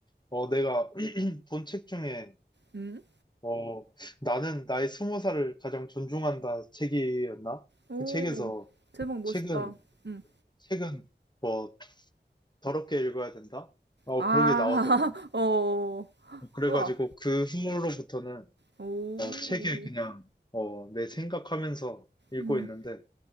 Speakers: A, on the left; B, on the right.
A: 어, 내가 <clears throat> 본 책 중에,
B: 음,
A: 어, 나는 나의 스무 살을 가장 존중한다 책이었나?
B: 오,
A: 그 책에서,
B: 제목 멋있다.
A: 책은,
B: 음,
A: 책은, 뭐 더럽게 읽어야 된다? 어,
B: 아,
A: 그런 게 나오더라고.
B: <laughs> 어,
A: 어, 그래가지고
B: 우와,
A: 그 후로부터는
B: 오,
A: 어, 책을 그냥 어, 내 생각하면서 읽고
B: 음,
A: 있는데